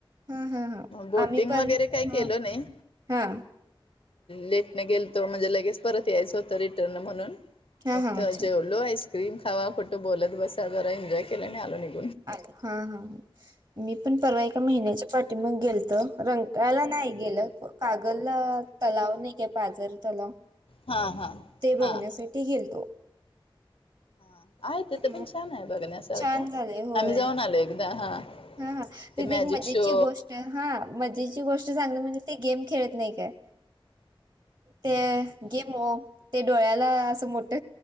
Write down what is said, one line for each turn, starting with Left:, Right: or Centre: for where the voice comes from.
Right: हा हा हा
Left: बोटिंग
Right: आम्ही पण
Left: वगैरे काही
Right: हा
Left: केल नाही,
Right: हा
Left: लेटने गेल तो म्हणजे लगेच परत येईच होत रिटर्न म्हणून,
Right: हा
Left: फक्त
Right: हा अच्छा
Left: जेवलो आईस्क्रीम खावा खोटं बोलत स जरा सा, एनजॉय केला आणि आलो निघून.
Right: अ हा हा मी पण परवा एका महिन्याच्या पाठी मग गेल रंगखळ्यात नाही गेलं कागल तलाव नाही, काय पाझर तलाव.
Left: हा हा
Right: ते
Left: हा
Right: बघण्यासाठी गेलतो.
Left: ह आहे तिथं
Right: हं
Left: पण छान आहे, बघण्यासारखं
Right: छान झालंय होय.
Left: आम्ही जाऊन आलो एकदा. हा
Right: हा हा तिथे
Left: ते मॅजिक
Right: एक मजेची
Left: शो
Right: गोष्ट हा, मजेची गोष्ट सांगण म्हणजे ते गेम खेळत नाही. नाही काय. ते गेम हो ते डोळ्याला असं मोठ,